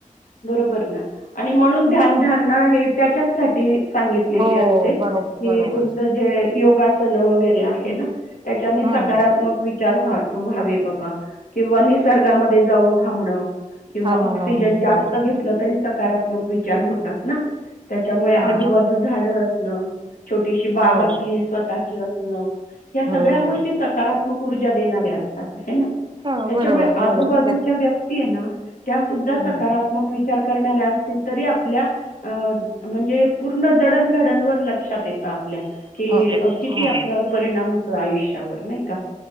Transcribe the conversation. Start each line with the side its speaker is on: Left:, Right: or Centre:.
Left: बरोबर ना, आणि म्हणून
Right: हं.
Left: ध्यानधारणा हे त्याच्याचसाठी सांगितलेली
Right: हो
Left: असते, की
Right: बरोबर बरोबर
Left: तुमचं जे योगासन वगैरे आहे हे ना, त्याच्यानी
Right: हं
Left: सकारात्मक वि चार हं हवे बाबा किंवा निसर्गामध्ये जाऊन थांबणं, किंवा
Right: थांबणं
Left: ऑक्सिजन जास्त
Right: बरोबर
Left: घेतला तरी सकारात्मक विचार होतात. <unintelligible> ना, त्याच्यामुळे
Right: हं
Left: आजूबाजू झाड असणं, छोटीशी बाग
Right: हो
Left: आपली स्वतःची अस हो <unintelligible> या
Right: हो
Left: सगळ्या गोष्टी सकारात्मक ऊर्जा देणाऱ्या असतात. आहे ना?
Right: हा
Left: त्याच्यामुळे
Right: बरोबर
Left: आजूबाजूच्या
Right: बरोबर
Left: व्यक्ती आहे ना त्यासूद्धा
Right: हं
Left: सकारात्मक विचार करणाऱ्या तरी आपल्या म्हणजे पूर्ण जडणघडण वर लक्षात येतात ल्या कि
Right: हो
Left: किती
Right: की
Left: आपल्यावर परिणाम हो आयुष्यावर नाही का